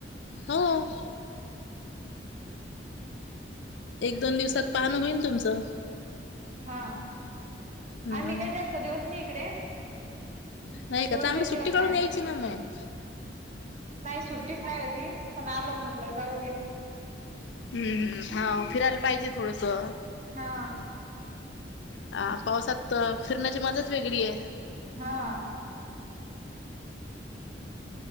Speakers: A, on the left; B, on the right.
A: हो. एक दोन दिवसात पाहणं होईल तुमचं.
B: हा,
A: हम्म
B: आणि काय जास्त दिवस नाही इकडे.
A: नाही का
B: दोन
A: चांगली,
B: तीन
A: सुट्टी
B: दिवस
A: काढून
B: आहे.
A: यायची ना मगं.
B: नाही सुट्टीच नाही होती, पण आलो म्हटलं जाऊ येऊ.
A: हम्म हम्म. हा फिरायला पाहिजे थोडंसं.
B: हा
A: अ पावसात फिरण्याची मजाच वेगळी आहे
B: हां.